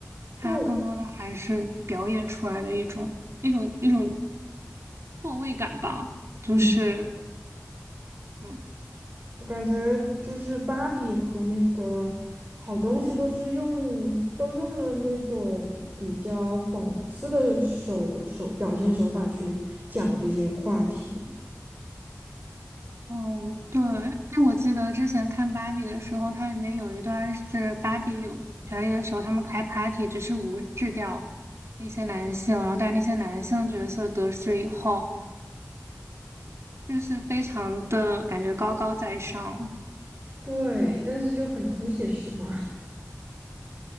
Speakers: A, on the right; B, on the right.
A: 它更多的还是表演出来的一种一种一种
B: 对，
A: 错位感吧，就是。
B: 嗯，
A: 嗯。
B: 我感觉就是芭比和那个好东西都是用都用了那种比较讽刺的手手表现手法去讲这些话题。
A: 嗯，对，哎，我记得之前看芭比的时候，它里面有一段是芭比有权利的时候，他们开 party 只是无视掉那些男性，然后但是那些男性角色得势以后，就是非常的感觉高高在上。
B: 对，但是就很很写实嘛。